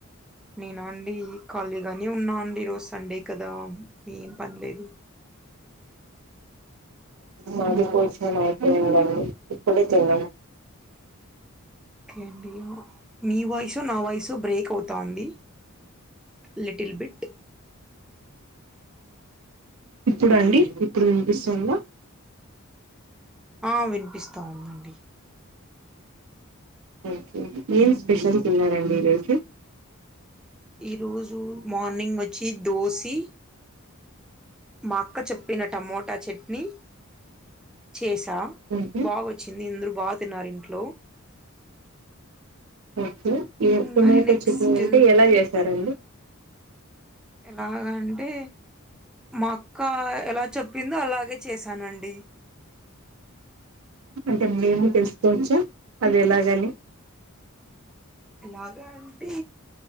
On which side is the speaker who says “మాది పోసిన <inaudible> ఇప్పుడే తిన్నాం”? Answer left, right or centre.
Right